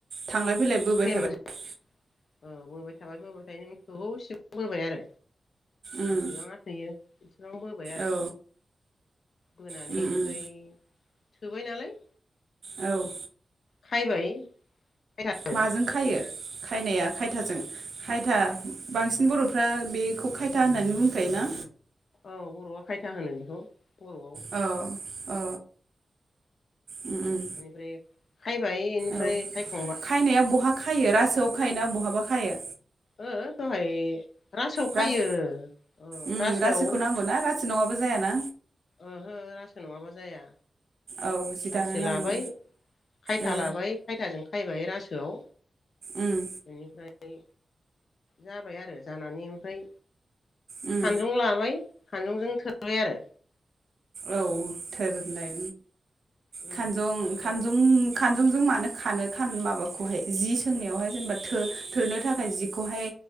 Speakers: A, on the right (about 75°); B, on the left (about 70°).
A: थांलाय फैलाय बोबाय
B: फ्रेमजों
A: थाबाय।
B: औ बोबबाय थाबाय बोबाय थायो नों गोबाव सिम। बोबाय आरो।
A: उम
B: बेसेबाङा थोयो एसेबां बोबाय आरो
A: औ
B: बोनानै
A: उम
B: इनफ्राय।
A: उम
B: थोबाय नालाय।
A: औ
B: खायबाय खायथाजों
A: माजों खायो? खायनाया खायथाजों खायथा बांसिन बरफ्रा बेखौ खायथा होननानै बुंखायो ना?
B: औ बर'आ खायथा होनो बेखौ। बर'आव।
A: औ औ उम उम
B: बेनिफ्राय खायबाय इनिफ्राय
A: औ
B: खायखांबा
A: खायनाया बहा खायो रासोआव खायोना बहाबा खायो।
B: ओ दहाय रासोआव खायो
A: रास
B: अ
A: उम
B: रासोआव।
A: रासोखौ नांगौना रासो नङाबा जायाना?
B: ओहो रासो नङाबा जाया
A: औ जि
B: रासो
A: दानो नाङो
B: लाबाय खायथा
A: ओ
B: लाबाय खायथाजों खायबाय रासोआव
A: उम
B: बेनिफ्राय जाबाय आरो जानानै ओमफ्राय
A: उम
B: खानजं लाबाय खानजंजों थोरबाय आरो।
A: औ थोरनाय
B: उम
A: खानजं खानजं
B: थोर
A: खानजंजों मानो खानो खान माबाखौहाय जि सोंनायावहाय जेनेबा थो-थोरनो थाखाय जिखौहाय